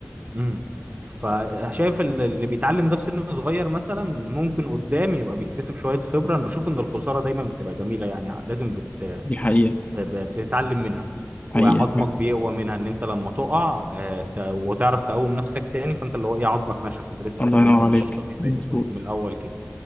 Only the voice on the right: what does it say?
امم فشايف ال- اللي بيتعلم ده في سن صغير مثلا ممكن قدام يبقى بيكتسب شويه خبره انا بشوف ان الخساره دايما بتبقى جميله يعني لازم بت
ب- ب- بتتعلم منها
وعظمك
بيقوى منها ان انت لما تقع آه، ت- وتعرف تقوم نفسك تاني فانت اللي هو ايه عظمك نشف انت لسه
خد...
انت مش
طبيعي
زي ما كنت من الاول كده